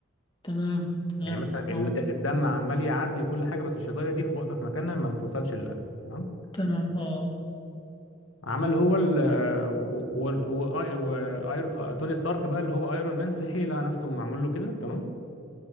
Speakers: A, on the left (about 25°); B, on the left (about 85°).
A: تمام تمام
B: يعني مثلا ال-
A: اه
B: الدم عمال يعدي وكل حاجه بس الشظايا دي في واقفه في مكانها ما بتوصلش للقلب تمام
A: تمام اه
B: عمل هو ال و... و... و... و... آير... آه، توني ستارك بقى اللي هو ايرون مان صحي لقى نفسه معمول له كده تمام